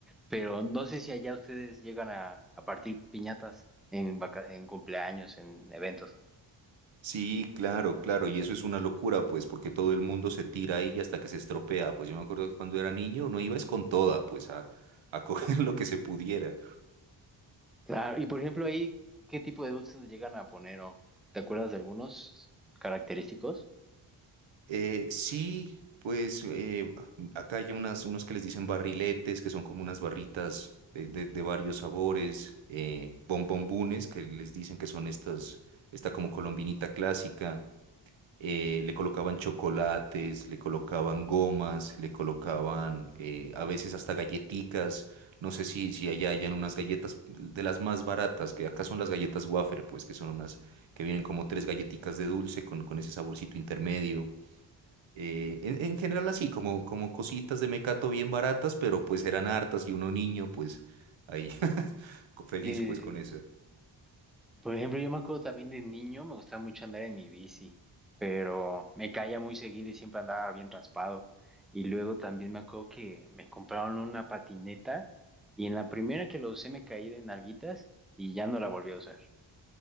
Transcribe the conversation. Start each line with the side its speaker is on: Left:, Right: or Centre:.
Centre: Pero no sé si allá ustedes llegan a, a partir piñatas en, vaca- en cumpleaños, en eventos.
Right: Sí, claro, claro, y eso es una locura, pues, porque todo el mundo se tira ahí hasta que se estropea. Pues yo me acuerdo que cuando era niño uno iba es con toda, pues, a, a coger <laughs> lo que se pudiera.
Centre: Claro, y por ejemplo ahí, ¿qué tipo de dulces le llegan a poner? ¿O te acuerdas de algunos característicos?
Right: Eh, sí, pues eh, acá hay unas, unos que les dicen barriletes, que son como unas barritas de, de- de varios sabores, eh, bombombunes, que les dicen que son estas, esta como colombinita clásica. eh, le colocaban chocolates, le colocaban gomas, le colocaban eh, a veces hasta galleticas. No sé si, si allá hayan unas galletas de las más baratas, que acá son las galletas wafer, pues que son unas que vienen como tres galletitas de dulce con, con ese saborcito intermedio. Eh, en, en general así, como, como cositas de mecato bien baratas, pero pues eran hartas y uno niño, pues ahí <laughs> co- feliz
Centre: Sí,
Right: pues
Centre: sí,
Right: con
Centre: sí.
Right: eso.
Centre: Por ejemplo, yo me acuerdo también de niño, me gustaba mucho andar en mi bici, pero me caía muy seguido y siempre andaba bien raspado. Y luego también me acuerdo que me compraron una patineta y en la primera que lo usé me caí de nalguitas y ya no la volví a usar.